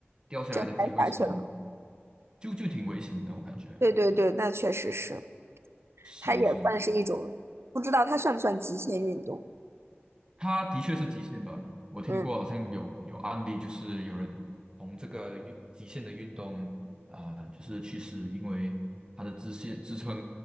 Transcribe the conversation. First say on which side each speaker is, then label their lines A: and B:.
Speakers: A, on the right; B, on the right.
A: 掉下来的机会是蛮，
B: 就摔下去了。
A: 就就挺危险的，我感觉。
B: 对对对，
A: 对，
B: 那确实是，
A: 是是，
B: 它也算是一种，不知道它算不算极限运动。
A: 它的确是极限吧。我听过好像有有案例，
B: 嗯。
A: 就是有人从这个运极限的运动啊、呃就是去世，因为他的支线支撑